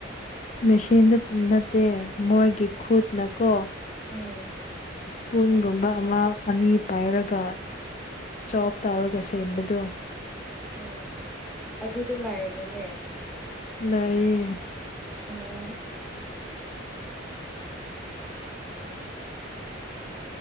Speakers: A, on the left (about 40°); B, in the centre.
A: ꯃꯦꯆꯤꯟꯗ ꯅꯠꯇꯦ ꯃꯣꯏꯒꯤ ꯈꯨꯠꯅꯀꯣ
B: ꯎꯝ
A: ꯄꯨꯨꯟꯒꯨꯝꯕ ꯑꯃ ꯑꯅꯤ ꯄꯥꯏꯔꯒ ꯆꯣꯞ ꯇꯧꯔꯒ ꯁꯦꯝꯕꯗꯣ
B: ꯑꯣ ꯑꯗꯨꯗ ꯂꯥꯏꯔꯕ꯭ꯔꯥꯅꯦ
A: ꯅꯩ
B: ꯎ